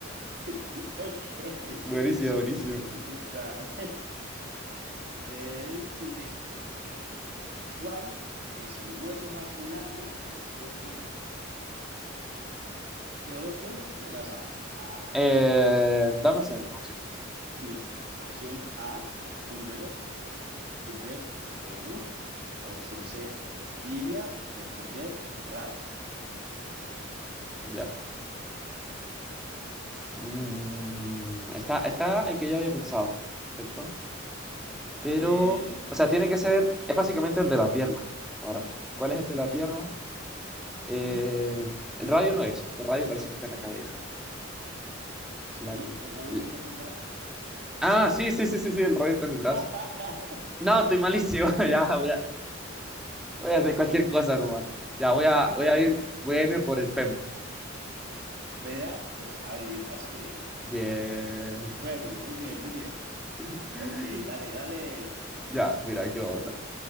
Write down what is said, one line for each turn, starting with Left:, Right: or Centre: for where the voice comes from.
Right: <laughs> ok.
Centre: Buenísimo,
Right: Siguiente
Centre: buenísimo.
Right: pregunta. <laughs> Eh, esta, muy bien. ¿Cuál es el hueso más largo del cuerpo humano? ¿Te doy opciones o te las sabes? Ah,
Centre: Eh, dame opciones, dame opciones.
Right: listo. Opción A, húmero. Opción B, fémur. Opción C, tibia. Opción D, radio.
Centre: Ya. Mm, está, está el que yo había pensado, ¿cierto? Pero,
Right: Eh,
Centre: o sea,
Right: uy.
Centre: tiene que ser, es básicamente el de la pierna. Ahora, ¿cuál es el de la pierna? Eh,
Right: <laughs>
Centre: el radio no es, que el radio parece que está en la cadera.
Right: Sí,
Centre: La-
Right: el radio
Centre: l-
Right: no está en el brazo.
Centre: ah, sí, sí, sí, sí, sí, el radio está en el brazo.
Right: <laughs>
Centre: No, estoy malísimo. <laughs> Ya, voy a, voy a hacer cualquier cosa nomás. Ya, voy a, voy
Right: Hágale.
Centre: a ir, voy a irme por el fémur.
Right: Vea, pues adivinaste.
Centre: Bien.
Right: Fémur, muy bien, muy bien.
Centre: <laughs>
Right: Ok, dale, dale.
Centre: Ya, mira, aquí va otra.